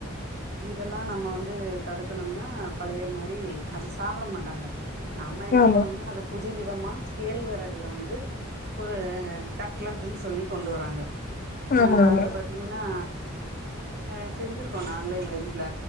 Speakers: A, on the right; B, on the left.
A: இதெல்லா நம்ம வந்து தடுக்கணும்னா பழய மாரி அத சாப்ட மாட்டாங்க நம்ம என்ன
B: ஆமா
A: பண்ணனு அத புது புதுவிதமா கேழ்வரகுல வந்து ஒரு கட்லட்ன்னு சொல்லி கொண்டு வராங்க அ
B: ஆமா ஆமா
A: அதுல பாத்தீங்கன்னா அ செஞ்சிருக்கோ நாங்களே எங்க வீட்ல